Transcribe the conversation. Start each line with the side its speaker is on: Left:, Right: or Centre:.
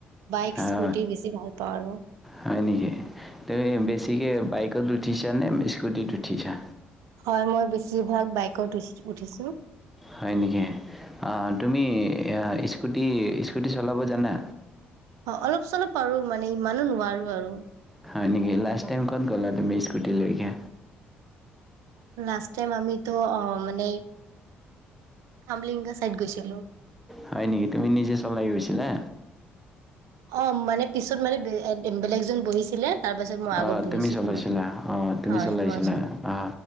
Right: বাইক
Centre: হয়
Right: স্কুটি বেছি ভাল পাওঁ আৰু।
Centre: হয় নেকি, তুমি বেছিকৈ বাইকত উঠিছা নে স্কুটিত উঠিছা?
Right: হয় মই বেছিভাগ বাইকত উ উঠিছো।
Centre: হয় নেকি, অ তুমি স্কুটি স্কুটি চলাব জানা?
Right: অ অলপ চলপ পাৰো মানে ইমানো নোৱাৰো আৰু।
Centre: হয় নেকি লাষ্ট টাইম ক'ত'গলা তুমি স্কুটিলৈকে
Right: লাষ্ট টাইম আমিতো অ মানে খামলিংগা চাইড গৈছিলো।
Centre: হয় নেকি তুমি নিজে চলাই গৈছিলা?
Right: অ মানে পিছত মানে বে-বেলেগ এজন বহিছিলে। তাৰ পাছত মই আগত
Centre: অহ
Right: বহিছিলো
Centre: তুমি চলাইছিলা
Right: মানে।
Centre: অ তুমি
Right: হয়
Centre: চলাইছিলা
Right: মই চলে
Centre: অ